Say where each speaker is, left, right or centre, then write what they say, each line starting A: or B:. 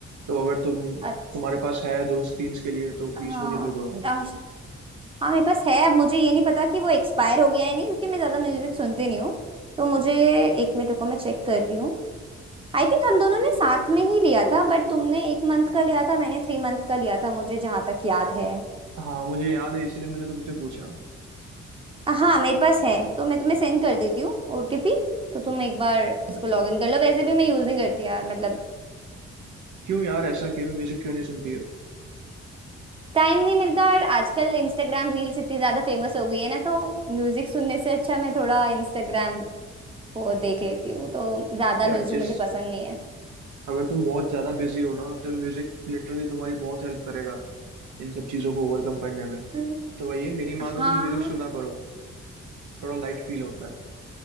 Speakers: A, on the right; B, on the right.
A: तो अगर तुम
B: अच्छा
A: तुम्हारे पास है दो स्क्रीन्स के लिए तो प्लीज
B: हाँ
A: मुझे दे दो यार
B: अच्छा हाँ मेरे पास है अब मुझे ये नहीं पता कि वो एक्सपायर हो गया है नहीं क्योंकि मैं ज़्यादा म्यूजिक सुनती नहीं हूँ तो मुझे एक मिनट रुको मैं चेक कर रही हूँ आई थिंक हम दोनों ने साथ में ही लिया था बट तुमने एक मंथ का लिया था मैंने थ्री मंथ का लिया था मुझे जहाँ तक याद है
A: हाँ मुझे याद है इसीलिए मैंने तुमसे पूछा
B: हाँ मेरे पास है तो मैं तुम्हें सेंड कर देती हूँ ओटीपी तो तुम एक बार
A: But
B: इसको लॉग इन कर लो वैसे भी मैं यूज नहीं करती यार मतलब
A: क्यों यार ऐसा क्यों म्यूजिक क्यों नहीं सुनती हो
B: टाइम नहीं मिलता और आजकल इंस्टाग्राम रील्स इतनी ज्यादा फेमस हो गई है ना तो म्यूजिक सुनने से अच्छा मैं थोड़ा इंस्टाग्राम को देख लेती हूँ तो ज्यादा
A: यार
B: म्यूजिक
A: जिस
B: मुझे पसंद नहीं है
A: अगर तुम बहुत ज्यादा बिजी हो ना तो म्यूजिक लिटरली तुम्हारी बहुत हेल्प करेगा इन सब चीजों को ओवरकम करने में
B: हम्म,
A: तो वही है, मेरी मानो
B: हाँ
A: तो म्यूजिक सुना करो थोड़ा लाइट फील होता है